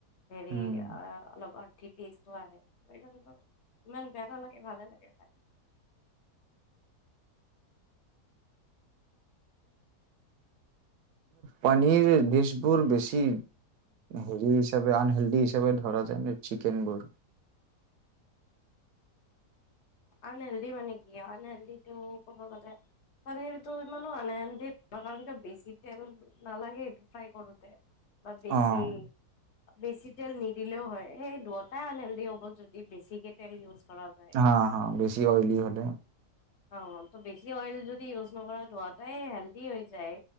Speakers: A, on the left; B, on the right.
A: হেৰি
B: উম,
A: আ অলপ ঠি টেষ্টটো আহে, তাৰপিছত এইটো ইমান বেয়া নালাগে ভালে লাগে খাই।
B: পনীৰ দিছবোৰ বেছি হেৰি হিচাপে আনহেল্দি হিচাপে ধৰা যায় যে চিকেন বোৰ।
A: আনহেলদি মানে কি আনহেলদিটো ক'ব গলে পনীৰটো ইমানো আনহেলদি আমাৰ কাৰণ বেছি তেল নালাগেটো ফ্ৰাই কৰোতে, বা বেছি
B: অ',
A: বেছি তেল নিদিলেওঁ হয়, সেই দুয়োটাই আনহেল্ডি হ'ব যদি বেছিকে তেল ইউজ কৰা যায়ম
B: হা হা বেছি অইলি হলে।
A: অ ত বেছি অইল যদি ইউজ নকৰা দুৱাটাই হেল্ডি হৈ যায়,